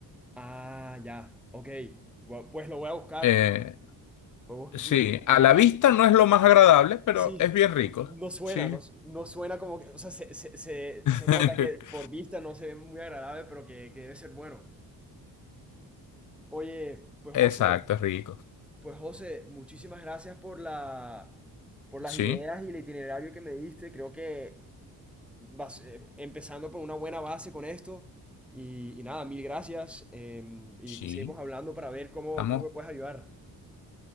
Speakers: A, in the centre; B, on the left (about 55°).
A: Ah, ya. Ok. Gua- Pues lo voy a buscar.
B: Eh,
A: Voy a bus-
B: sí,
A: me- me-
B: a la
A: me-
B: vista no es lo más agradable, pero
A: sí,
B: es bien rico.
A: no suena,
B: Sí.
A: no, su- no suena como que, o sea, se, se- se-
B: <laughs>
A: se nota que por vista no se ve muy agradable, pero que, que debe ser bueno. Oye, pues
B: Exacto,
A: José,
B: es rico.
A: pues José, muchísimas gracias por la, por las
B: Sí,
A: ideas y el itinerario que me diste. Creo que bas- eh, empezando por una buena base con esto. Y, y nada, mil gracias. em, y
B: sí.
A: seguimos hablando para ver cómo,
B: Estamos,
A: cómo me puedes ayudar.